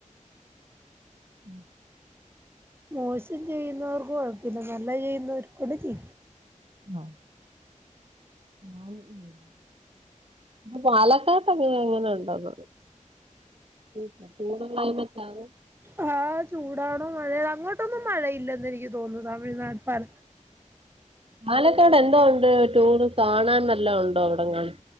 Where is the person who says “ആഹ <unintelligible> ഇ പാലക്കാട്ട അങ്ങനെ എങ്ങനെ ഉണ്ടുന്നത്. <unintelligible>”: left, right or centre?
Right